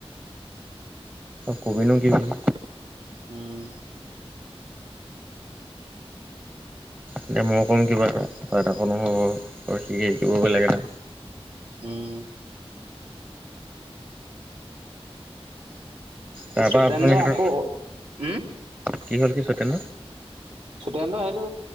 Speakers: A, on the right; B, on the right.
A: কবিিনো কি বুলি
B: উম
A: এতিয়া মই কম কিবা এটা কিব এটাাকো নহ'ব শিক শিকিব বেলেগ এটা
B: উম
A: তাৰপা
B: সতেন্দ্ৰ
A: আপুনি সেইটো
B: আকৌ উম
A: কি হ'ল কি সতেন
B: চুতেন্দ্ৰ সেইটো